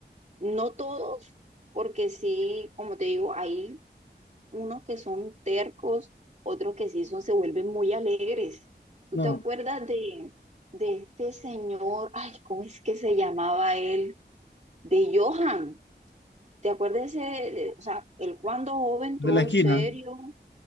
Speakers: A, on the right; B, on the left.
A: No todos, porque sí, como te digo, hay unos que son tercos, otros que sí son, se vuelven muy alegres. ¿Tú
B: No,
A: te acuerdas de, de este señor? Ay, ¿cómo es que se llamaba él? De Johan. ¿Te acuerdas ese, de- o sea, el cuando joven todo
B: de la esquina.
A: serio?